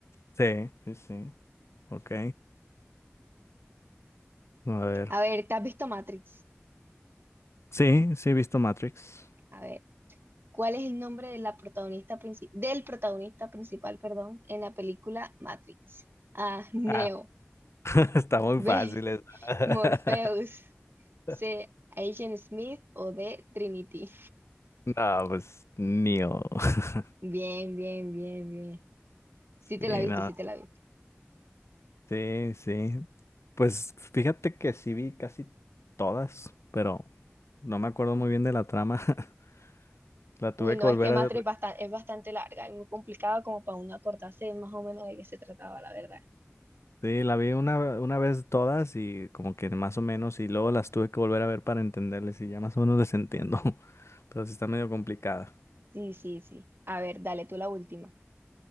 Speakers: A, on the left; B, on the right.
A: Sí, sí, sí. Ok. A ver.
B: A ver, ¿te has visto Matrix?
A: Sí, sí, he visto Matrix.
B: A ver, ¿cuál es el nombre de la protagonista princi- del protagonista principal, perdón, en la película Matrix? A, Neo.
A: Ah, <laughs> está
B: <laughs>
A: muy
B: B,
A: fácil esa. <laughs>
B: Morpheus, C. Agent Smith o D. Trinity.
A: No, pues Neo. <laughs>
B: Bien, bien, bien, bien.
A: Sí,
B: Sí te la viste,
A: no,
B: sí te la viste.
A: sí, sí. Pues fíjate que sí vi casi todas, pero no me acuerdo muy bien de la trama. <laughs> La
B: Uy,
A: tuve
B: no,
A: que volver
B: es que Matrix
A: a ver.
B: es bastante, es bastante larga y muy complicada como para uno acordarse más o menos de qué se trataba, la verdad.
A: Sí, la vi una, una vez todas y como que más o menos, y luego las tuve que volver a ver para entenderles y ya más o menos les entiendo. <laughs> Pero sí está medio complicada.
B: Sí, sí, sí. A ver, dale tú la última.